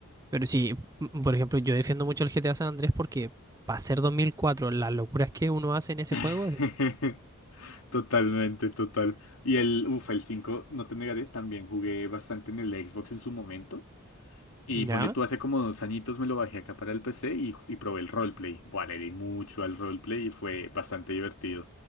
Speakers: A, on the right; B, on the left.
A: Pero sí, m- por ejemplo, yo defiendo mucho el GTA San Andrés porque para ser 2004, las locuras que uno hace en ese juego,
B: <laughs> Totalmente, total. Y el, uff, el 5 no te negaré, también jugué bastante en el Xbox en su momento. Y
A: ya,
B: ponle tú, hace como dos añitos me lo bajé acá para el PC y, y probé el roleplay. Buah, le di mucho al roleplay y fue bastante divertido.